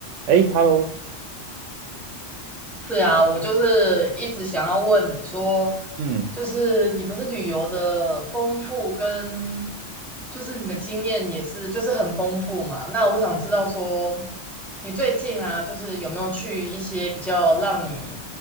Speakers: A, on the right; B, in the centre.
A: 哎，Hello，
B: 是啊，我就是一直想要问你说，
A: 嗯
B: 就是你不是旅游的丰富跟，就是你的经验也是就是很丰富嘛？那我想知道说，你最近啊，就是有没有去一些比较让你